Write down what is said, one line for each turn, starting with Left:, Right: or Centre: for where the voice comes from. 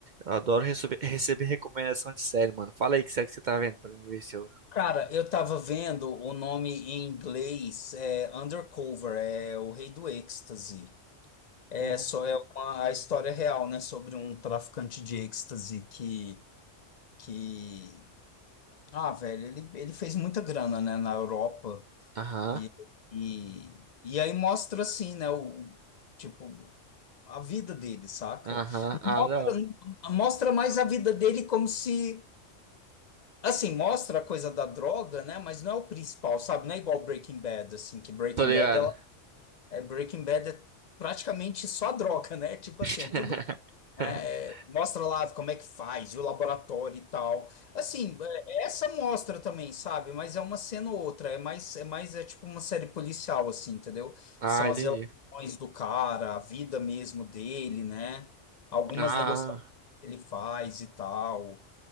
Right: adoro receber, receber recomendação de série, mano. Fala aí que série que você tá vendo pra mim ver se eu.
Left: Cara, eu tava vendo o nome em inglês, é Undercover, é o Rei do Êxtase. É
Right: Hum,
Left: só é uma, a história é real, né, sobre um traficante de êxtase que que ah, velho, ele, ele fez muita grana, né, na Europa.
Right: Aham,
Left: E, e, e aí mostra assim, né, o, tipo, a vida dele, saca?
Right: aham,
Left: Não
Right: ah,
Left: Mostra,
Right: da hora.
Left: mostra mais a vida dele como se, assim, mostra a coisa da droga, né, mas não é o principal, sabe? Não é igual Breaking Bad, assim, que Breaking
Right: Tô ligado.
Left: Bad, ela, é, Breaking Bad é praticamente só a droga, né? Tipo
Right: <laughs>
Left: assim, é tudo né? É, Mostra lá como é que faz, e o laboratório e tal. Assim, é- essa mostra também, sabe? Mas é uma cena ou outra, é mais, é mais é tipo uma série policial, assim, entendeu?
Right: Ah,
Left: São
Right: entendi.
Left: as relações do cara, a vida mesmo dele, né? Algumas
Right: Ah,
Left: negociações que ele faz e tal.